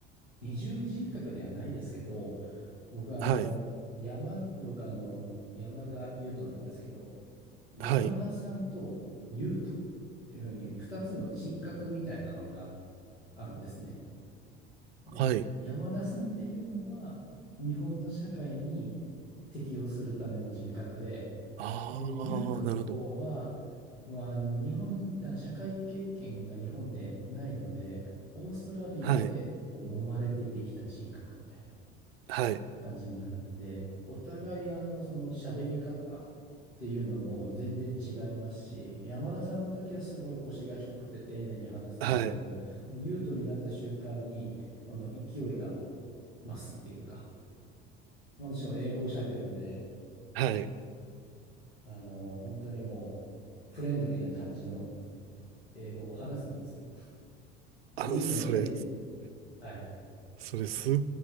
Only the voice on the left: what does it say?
う、二重人格ではないですけど、僕は、
あの、山、僕はあの、山田優斗なんですけど、山田さんと優斗っていうふうに、
二つの人格みたいなのがあるんですね。で、
山田さんっていうのは、日本の社会に適応するための人格で、
で、ユートの方は、
まあ、あの、日本、あ社会経験が日本でないので、オーストラリアでこう揉まれてできた人格みたいな。
感じなんで、お互いあの、その喋り方っていうのも全然違いますし、山田さんの時はすごい腰が低くて丁寧に話すんですけど、
もう優斗になった瞬間に、あの、勢いが増すっていうか、まあ、もちろん英語を喋るんで、
あの、本当にもうフレンドリーな感じの英語を話すんですよ。っ
ていうので、
はい。